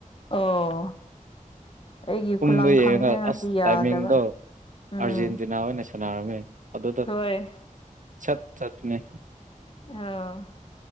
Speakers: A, on the left (about 40°); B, on the right (about 70°).
A: ꯑꯣ ꯑꯩꯒꯤ
B: ꯄꯨꯡꯗꯣ
A: ꯈꯨꯂꯥꯡ
B: ꯌꯦꯡꯉꯒ
A: ꯈꯥꯡꯁꯦ ꯉꯁꯤ
B: ꯑꯁ
A: ꯌꯥꯗꯕ
B: ꯇꯥꯏꯃꯤꯡꯗꯣ
A: ꯎꯝ
B: ꯑꯥꯔꯖꯦꯟꯇꯤꯅꯥ ꯑꯣꯏꯅ ꯅꯩꯁꯤꯜ ꯁꯅꯥꯔꯝꯃꯦ ꯑꯗꯨꯗ
A: ꯍꯣꯏ
B: ꯁꯠ ꯆꯠꯄꯥꯅꯦ
A: ꯑ